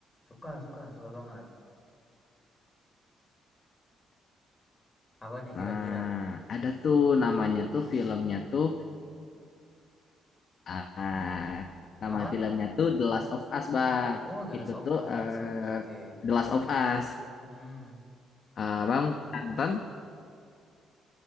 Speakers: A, on the left; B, on the left.
A: Suka, suka, suka banget. Apa nih
B: Nah,
A: kira-kira?
B: ada tuh namanya tuh filmnya tuh ah,
A: Ah,
B: nama
A: Apa?
B: filmnya tuh The Last of Us, Bang.
A: Oh, The Last
B: Itu
A: of
B: tuh
A: Us.
B: eh,
A: Oke, oke.
B: The Last of Us.
A: Hmm,
B: Ah, bang nonton